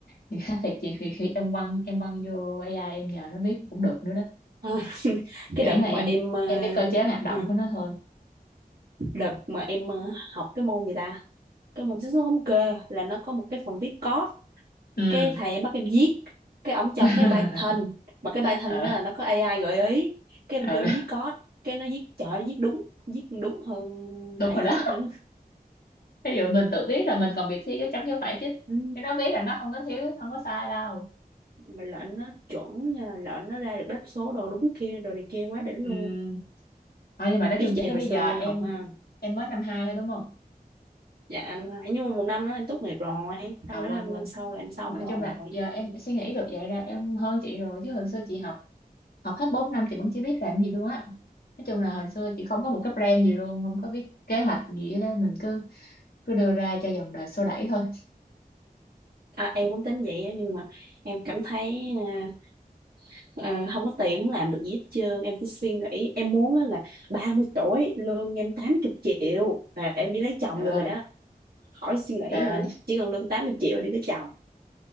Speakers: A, on the left; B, on the right.
A: thì khác thiệt chị thì khi em quăng em quăng vô AI em nhờ nó viết cũng được nữa đó
B: À, <laughs> cái
A: miễn
B: đợt
A: là
B: mà
A: em
B: em ờ,
A: em biết cơ chế hoạt động
B: ừ,
A: của nó thôi
B: đợt mà em ờ, học cái môn gì ta cái môn xác suất thống kê là nó có một cái phần viết code
A: ừ
B: cái thầy em bắt em viết cái ổng cho
A: <laughs>
B: cái Python mà cái Python
A: ờ
B: đó là nó có AI gợi ý cái
A: ờ,
B: em kêu nó viết code cái nó viết trời nó viết đúng viết còn đúng hơn
A: đúng
B: thầy
A: rồi
B: viết
A: đó
B: nữa
A: ví dụ mình tự biết là mình còn bị thiếu dấu chấm dấu phẩy chứ
B: Ừ,
A: chứ nó biết là nó không có thiếu
B: đó.
A: không có sai đâu
B: Mà lệnh nó chuẩn nha, lệnh nó ra được đáp số đồ đúng kia, đồ này kia quá đỉnh
A: ừ
B: luôn.
A: thôi nhưng mà nói
B: Biết
A: chung chị
B: gì
A: thấy
B: hồi
A: bây
B: xưa
A: giờ em
B: em học ha.
A: em mới năm hai thôi đúng không
B: Dạ năm hai nhưng mà một năm đó em tốt nghiệp rồi, năm
A: à quên
B: đó em
A: quên
B: năm sau là em xong
A: mà nói
B: rồi.
A: chung là giờ em suy nghĩ được vậy là em hơn chị rồi chứ hồi xưa chị học học hết 4 năm chị vẫn chưa biết làm gì luôn á nói chung là hồi xưa chị không có một cái plan gì luôn không có biết kế hoạch gì hết đó mình cứ cứ đưa ra cho dòng đời xô đẩy thôi
B: À, em cũng tính vậy á, nhưng mà em cảm thấy à, à, không có tiền không làm được gì hết trơn em cứ suy nghĩ em muốn á là 30 tuổi lương em 80 triệu là em đi lấy chồng
A: trời
B: được
A: ơi
B: rồi đó khỏi suy nghĩ
A: trời
B: nữa
A: ơi
B: chỉ cần lương 80 triệu là đi lấy chồng